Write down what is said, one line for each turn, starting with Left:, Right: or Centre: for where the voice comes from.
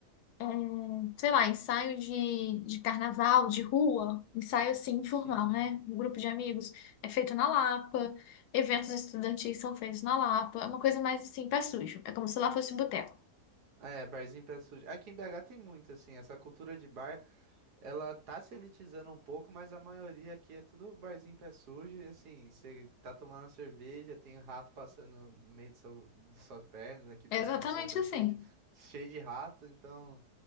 Left: é, um, sei lá, ensaio de, de carnaval, de rua, ensaio assim, informal,
Right: Sim.
Left: né? Um grupo de amigos é feito na Lapa, eventos estudantis são feitos na Lapa, é uma coisa mais assim, pé sujo, é como se lá fosse boteco.
Right: Ah, É, barzinho pé sujo. Aqui em BH tem muito, assim, essa cultura de bar, ela tá se elitizando um pouco, mas a maioria aqui é tudo barzinho pé sujo, e assim, você tá tomando uma cerveja, tem um rato passando no meio de seu- das suas pernas aqui, porque
Left: É exatamente
Right: aqui no centro
Left: assim.
Right: é cheio de, cheio de rato, então